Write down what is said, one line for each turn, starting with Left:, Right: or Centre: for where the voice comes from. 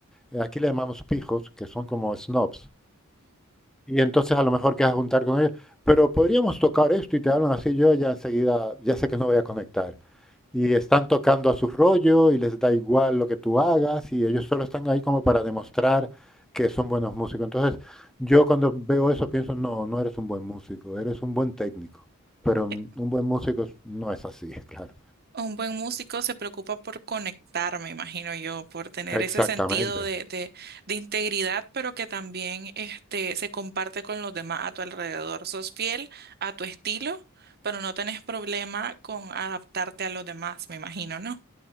Centre: eh, aquí le llamamos pijos, que son como snobs. Y entonces a lo mejor quedas a juntar con ellos, pero podríamos tocar esto y te hablan así, yo ya enseguida, ya sé que no voy a conectar y están tocando a su rollo y les da igual lo que tú hagas y ellos solo están ahí como para demostrar que son buenos músicos. Entonces, yo cuando veo eso pienso, no, no eres un buen músico, eres un buen técnico, pero un,
Right: Eh,
Centre: un buen músico es- no es así, <laughs> claro.
Right: Un buen músico se preocupa por conectar, me imagino yo, por tener
Centre: Exactamente.
Right: ese sentido de, de, de integridad, pero que también este, se comparte con los demás a tu alrededor. Sos fiel a tu estilo, pero no tenés problema con adaptarte a los demás, me imagino, ¿no?